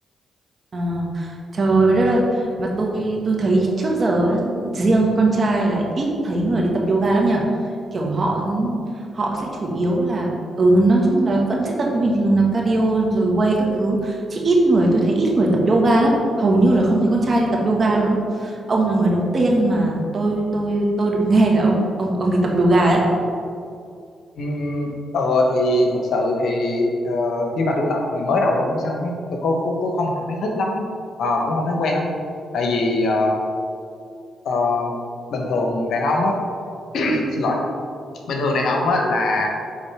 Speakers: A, on the right (about 45°); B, on the left (about 70°).
A: Ờ, trời đất ơi mà tôi tôi thấy trước giờ á, riêng con trai là ít thấy người đi tập yoga lắm nhỉ kiểu họ họ sẽ chủ yếu là ừ nói chung là vẫn sẽ tập như bình thường là cardio rồi weight các thứ chứ ít người tôi thấy ít người tập yoga lắm hầu như là không thấy con trai đi tập yoga luôn á ông là người đầu tiên mà tôi tôi tôi được nghe là ông ông ông đi tập yoga đấy
B: Ừm, ờ thì thật sự thì ờ, khi mà tôi tập ngày mới đầu tôi cũng sẽ không thấy tôi cũng, cũng, cũng không cảm thấy thích lắm Ờ, cũng không thấy quen lắm tại vì ờ, ờ, bình thường đàn ông á <coughs> <clears throat> xin lỗi bình thường đàn ông á là